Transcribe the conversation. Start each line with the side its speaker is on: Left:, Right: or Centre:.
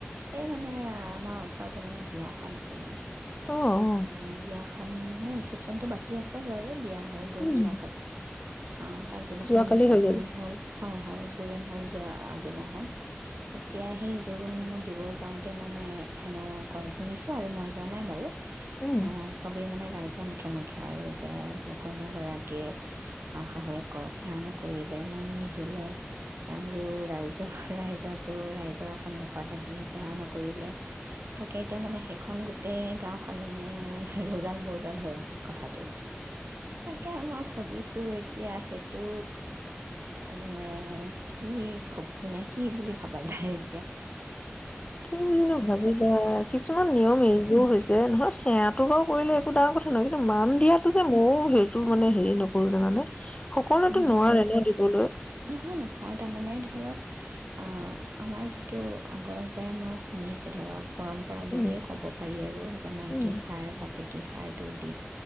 Right: এই মানে আমাৰ ওচৰতে মানে বিয়াখন আছিলে
Left: অ', অ',
Right: আ' বিয়াখ ভাল মানে ৰিচিপশ্বনটো বাকী আছে গৈ আৰু বিয়া হৈ গ'ল
Left: উম,
Right: যো অ', তাৰ আগদিনাখন
Left: যোৱাকালি হৈ
Right: জোৰণ
Left: গ'ল,
Right: হ'ল। হয় হয় জোৰোণ হ'ল যোৱা আগদিনাখন। এতিয়া সেই জোৰোণত দিব যাওঁতে মানে হেনো কয় শুনিছোঁ আৰু মই যোৱা নাই বাৰু
Left: উম।
Right: অ', চবেই মানে ৰাইজ ৰ মুখে-মুখে আৰু যে কইনাগৰা কীয়ে শাহুয়েকক সেৱা নকৰিলে মান নিদিলে আৰু ৰাইজৰ ৰাইজত তটো ৰাইজৰ সন্মুখত আহি সেৱা নকৰিলে তাকে এতিয়া মানে সেইখন গোটেই গাঁওখন মানে ৰৌজাল-বৌজাল হৈ আছে কথাটো তাকেই মই ভাবিছোঁ এতিয়া সেইটো মানে কি ভব মানে কি বুলি ভাবা যায় এতিয়া
Left: কি বুলি নো ভাবিবা কিছুমান নিয়ম এৰিবও হৈছে যে নহয় সেৱাতো বাৰু কৰিলে একো ডাঙৰ কথা নহয় কিন্তু মান দিয়াতো যে ময়ো হেৰি টো মানে হেৰি নকৰো জানানে সকলোতো
Right: উম
Left: নোৱাৰে ন দিবলৈ
Right: নহয় নহয় তাৰমানে ধৰক অহ', আমাৰ যিটো আগৰ পৰাই মই শুনি আছোঁ ধৰক পৰম্পৰা বুলিয়েই
Left: উম
Right: ক'ব পাৰি আৰু যে মাইকী
Left: উম
Right: সাৰ বা সাৰটো দি